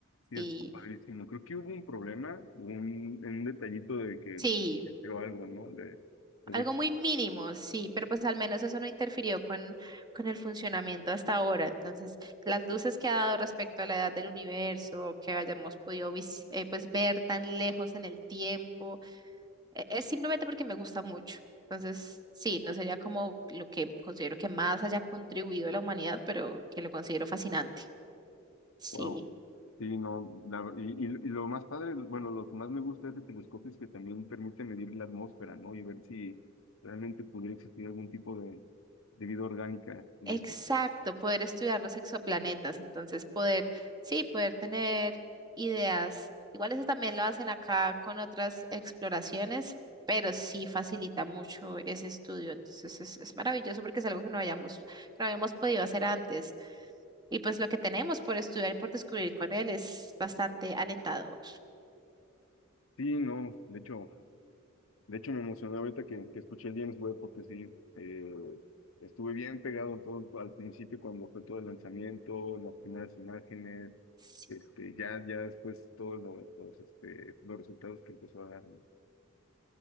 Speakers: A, on the left; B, on the right.
A: sí,
B: sí,
A: es padrísimo. Creo que hubo un problema, un, un detallito de que
B: sí,
A: dio algo, ¿no? De, de golpe
B: algo muy mínimo, sí, pero pues al menos eso no interfirió con, con el funcionamiento hasta ahora. Entonces, las luces que ha dado respecto a la edad del universo, que hayamos podido vis- eh, pues ver tan lejos en el tiempo e- Es simplemente porque me gusta mucho. Entonces, sí, no sería como lo que considero que más haya contribuido a la humanidad, pero que lo considero fascinante. Sí,
A: Wow. Sí, no, la- y, y- y lo más padre, bueno, lo que más me gusta de este telescopio es que también permite medir la atmósfera, ¿no? Y ver si realmente pudiera existir algún tipo de, de vida orgánica en
B: exacto,
A: este.
B: poder estudiar los exoplanetas, entonces poder, sí, poder tener ideas. Igual eso también lo hacen acá con otras exploraciones, pero sí facilita mucho ese estudio. Entonces es, es maravilloso porque es algo que no hayamos, que no habíamos podido hacer antes. Y pues lo que tenemos por estudiar y por descubrir con él es bastante alentador.
A: Sí, no, de hecho, de hecho me emocioné ahorita que, que escuché el James Webb porque sí, eh, estuve bien pegado todo al principio cuando fue todo el lanzamiento, las primeras imágenes,
B: Sí.
A: este, ya, ya después todos los, los, este, los resultados que empezó a dar. ¿no?